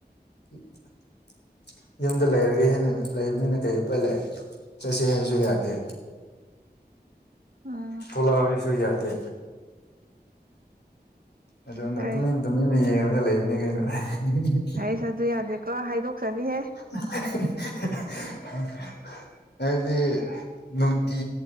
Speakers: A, on the left (about 80°); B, on the right (about 60°).
A: ꯎ <inaudible> ꯌꯨꯝꯗ ꯂꯩꯔꯒ ꯍꯦꯟꯅ ꯂꯩꯕꯅꯤꯅ ꯀꯩ ꯎꯄꯥꯏ ꯂꯩ ꯆꯠꯁ‌ꯦ ꯍꯥꯏꯁꯨ ꯌꯥꯗꯦ
B: ꯎꯝ <unintelligible>
A: ꯊꯣꯛꯂꯛꯑꯣ ꯍꯥꯏꯁꯨ ꯌꯥꯗꯦ ꯑꯗꯨꯅ
B: ꯀꯩ
A: ꯇꯨꯃꯤꯟ ꯇꯨꯃꯤꯟꯅ ꯌꯦꯡꯉꯒ ꯂꯩꯕꯅꯤ ꯀꯩꯅꯣ <unintelligible>
B: ꯍꯥꯁ ꯑꯗꯨ ꯌꯥꯗꯦꯀꯣ ꯍꯥꯏꯗꯣꯛꯆꯅꯤꯍꯦ
A: <unintelligible> ꯍꯥꯏꯕꯗꯤ ꯅꯨꯡꯇꯤ